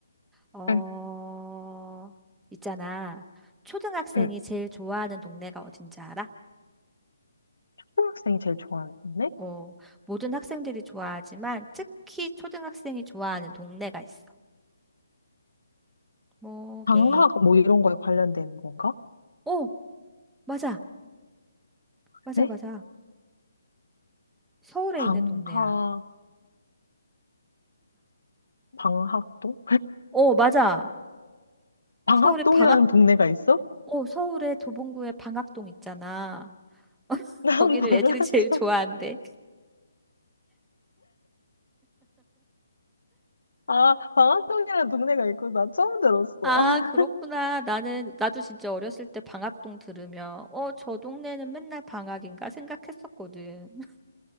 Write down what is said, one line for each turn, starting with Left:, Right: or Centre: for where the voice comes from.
Centre: 어,
Left: 응,
Centre: 있잖아. 초등학생이
Left: 응.
Centre: 제일 좋아하는 동네가 어딘지 알아?
Left: 초등학생이 제일 좋아하는 데
Centre: 어, 모든 학생들이 좋아하지만 특히 초등학생이 좋아하는 동네가 있어. 뭐게?
Left: 방학 뭐 이런 거에 관련된 건가?
Centre: 어, 맞아. 맞아,
Left: 네?
Centre: 맞아. 서울에
Left: 방학,
Centre: 있는 동네야.
Left: 방학동?
Centre: 어, 맞아.
Left: 방학동이라는
Centre: 서울의 방학,
Left: 동네가 있어?
Centre: 어, 서울의 도봉구의 방학동 있잖아. <laughs>
Left: <laughs> 난
Centre: 거기를
Left: 몰랐어.
Centre: 애들이 제일 좋아한대.
Left: 아, 방학동이라는 동네가 있고, 나 처음 들었어.
Centre: 아,
Left: <laughs>
Centre: 그렇구나. 나는, 나도 진짜 어렸을 때 방학동 들으면, 어, 저 동네는 맨날 방학인가 생각했었거든. <laughs>